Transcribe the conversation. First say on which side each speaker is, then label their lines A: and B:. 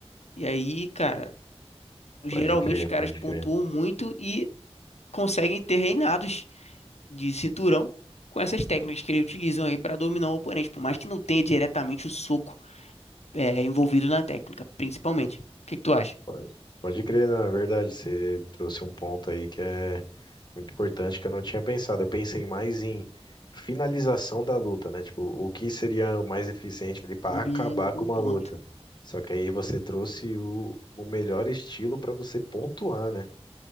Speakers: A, on the left; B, on the left.
A: E aí, cara, geralmente
B: Pode crer,
A: os caras
B: pode
A: pontuam
B: crer.
A: muito e conseguem ter reinados de cinturão com essas técnicas que ele utilizam aí para dominar o oponente, por mais que não tenha diretamente o soco é, envolvido na técnica, principalmente. O que que tu acha?
B: Pode, pode crer, na verdade, você trouxe um ponto aí que é muito importante que eu não tinha pensado. Eu pensei mais em finalização da luta, né? Tipo, o que seria o mais eficiente ali para
A: Hum,
B: acabar
A: bom
B: com uma
A: ponto.
B: luta. Só que aí você trouxe o, o melhor estilo para você pontuar, né?